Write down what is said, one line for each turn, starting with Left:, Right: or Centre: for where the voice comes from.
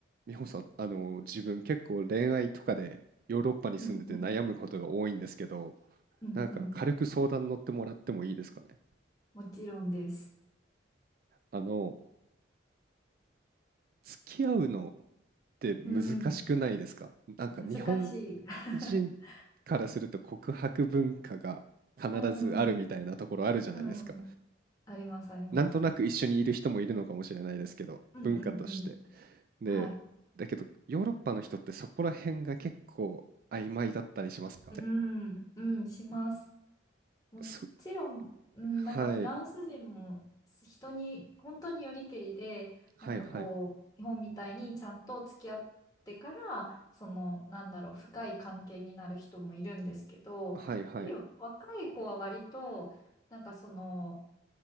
Right: 美穂さん、あの、自分結構恋愛とかでヨーロッパに住んでて悩むことが多いんですけど、
Left: うんうんうんうん。
Right: なんか軽く相談乗ってもらってもいいですかね。
Left: もちろんです。
Right: あの、付き合うのって難しくないですかなんか日本
Left: うん。難しい。<laughs>
Right: 人からすると告白文化が必ずあるみたいなところあるじゃないですか。
Left: うん。うん。あります、あります。
Right: なんとなく一緒にいる人もいるのかもしれないですけど、
Left: うんうんうん。
Right: 文化として。で、
Left: はい。
Right: だけどヨーロッパの人ってそこら辺が結構曖昧だったりしますか
Left: うん。うん、します。もちろん、
Right: そ
Left: うん、
Right: はい。
Left: なんかフランス人も人に、本当によりけりで、
Right: はいはい。
Left: なんかこう、日本みたいにちゃんと付き合ってから、その、なんだろう、深い関係になる人もいるんですけど、
Right: はいはい。
Left: やっぱり若い子は割と、なんかその、